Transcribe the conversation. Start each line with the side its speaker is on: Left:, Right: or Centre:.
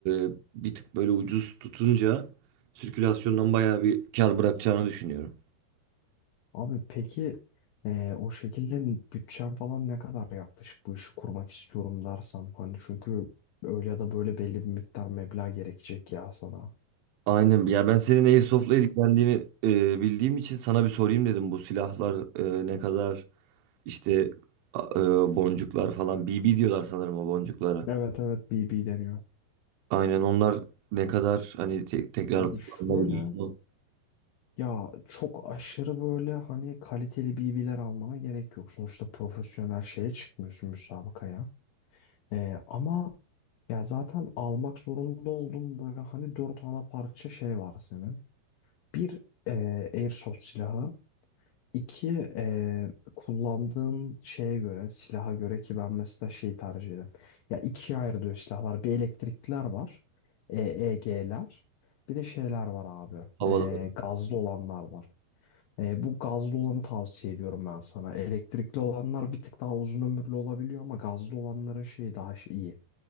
Right: e, bir tık böyle ucuz tutunca sirkülasyondan bayağı bir kar bırakacağını düşünüyorum.
Left: Abi peki eee, o şekilde bütçen falan ne kadar yaklaşık bu işi kurmak istiyorum dersen hani çünkü öyle ya da böyle belli bir miktar meblağ gerekecek ya sana.
Right: Aynen. Ya ben senin Airsoft'la ilgilendiğini e, bildiğim için sana bir sorayım dedim. Bu silahlar e, ne kadar işte a- e, boncuklar falan BB diyorlar sanırım o boncuklara.
Left: Evet evet BB deniyor.
Right: Aynen onlar ne kadar hani te- tekrar
Left: Abi
Right: kullanılabiliyor
Left: şöyle
Right: mu
Left: ya çok aşırı böyle hani kaliteli BB'ler almana gerek yok. Sonuçta profesyonel şeye çıkmıyorsun müsabakaya. Eee, ama ya zaten almak zorunda olduğum böyle hani dört ana parça şey var senin. Bir eee airsoft silahı. İki, eee, kullandığım şeye göre, silaha göre ki ben mesela şeyi tercih ederim. Ya ikiye ayrılıyor silahlar. Bir elektrikliler var. EEG'ler. Bir de şeyler var abi.
Right: havalarda?
Left: Eee, gazlı olanlar var. Eee, bu gazlı olanı tavsiye ediyorum ben sana. Elektrikli olanlar bir tık daha uzun ömürlü olabiliyor ama gazlı olanların şeyi daha şey- iyi.